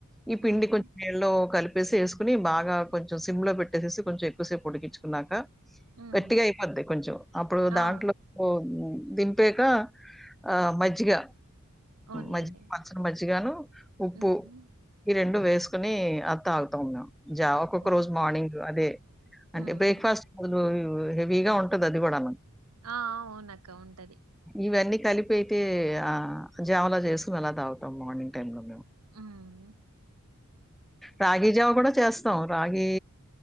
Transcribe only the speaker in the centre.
ఈ పిండి
కొంచెం నీళ్లలో కలిపి వప్పేసి వేసుకుని బాగా కొంచెం సిమ్ లో పెట్టేసేసి కొంచెం ఎక్కువసేపు ఉడికించుకున్నాక
గట్టిగా అయిపోద్ది కొంచెం అప్పుడు
దాంట్లో దింపే ఇంకా ఆ మజ్జిగా
మజ్జిగ పల్చని మజ్జిగాను ఉప్పు
ఈ రెండు ఉప్పు వేసుకుని అది తాగుతాం జావా ఒక్కొక్క
రోజు మార్నింగ్ అదే అంటే
బ్రేక్ఫాస్ట్ బదులు హెవీగా ఉంటుది. అది కూడాను
ఇవన్నీ కలిపి అయితే ఆ జావా లా చేసుకుని అలా తాగుతాం మార్నింగ్ టైమ్ లో
రాగి జావ కూడా చేస్తాం రాగి